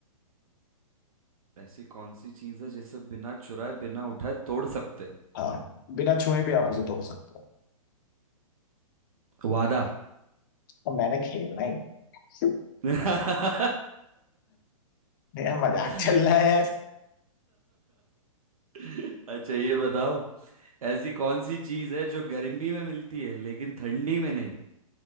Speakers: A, on the right (about 80°); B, on the left (about 35°).
A: ऐसी कौन सी चीज है जिसे बिना चुराए बिना उठाए तोड़ सकते हैं
B: हाँ बिना छुए भी आप उसे तोड़ सकते हो
A: वादा
B: और मैंने खेलना ही नहीं
A: <laughs>
B: यार मजाक
A: अच्छा
B: चल रहा है यार
A: ये बताओ ऐसी कौन सी चीज है जो गर्मी में मिलती है लेकिन ठंडी में नहीं